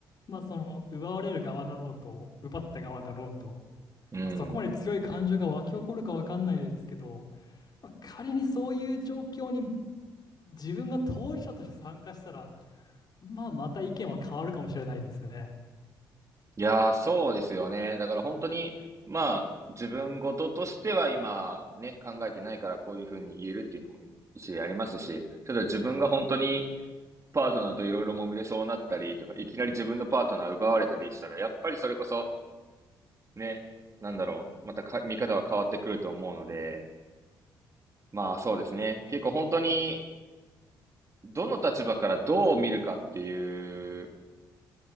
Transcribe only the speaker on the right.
うん。
いやー、そうですよね。だから本当に、まあ、自分事としては今、ね、考えてないからこういうふうに言えるっていうのも一理ありますし、ただ自分が本当にパートナーといろいろ揉めてそうなったりとか、いきなり自分のパートナー奪われたりしたら、やっぱりそれこそ、ね、なんだろう、またか見方は変わってくると思うので、まあそうですね。結構本当に、どの立場からどう見るかっていう、